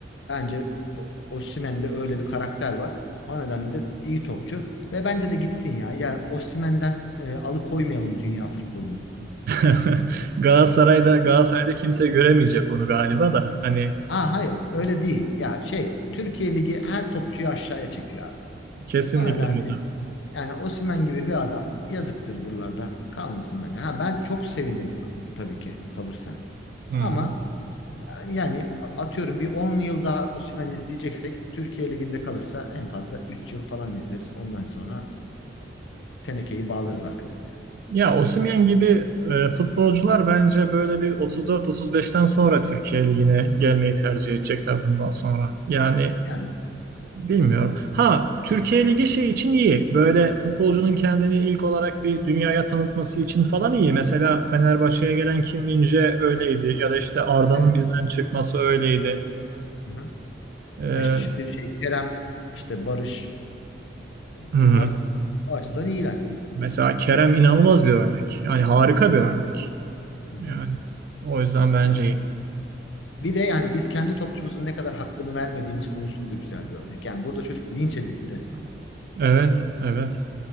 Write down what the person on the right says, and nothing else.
<laughs> Galatasaray'da Galatasaray'da kimse göremeyecek onu galiba da. Hani
kesinlikle
öyle.
Hı hı.
Ya Osimhen gibi e, futbolcular bence böyle bir 34-35'ten sonra Türkiye Ligi'ne gelmeyi tercih edecekler bundan sonra. Yani
Bilmiyorum. Ha, Türkiye Ligi şey için iyi. Böyle futbolcunun kendini ilk olarak bir dünyaya tanıtması için falan iyi. Mesela Fenerbahçe'ye gelen Kim Min-jae öyleydi. Ya da işte Arda'nın
bizden çıkması öyleydi.
Ee, hı
hı.
Mesela Kerem inanılmaz bir örnek. Yani harika bir örnek.
Yani o yüzden bence
iyi.
Evet, evet.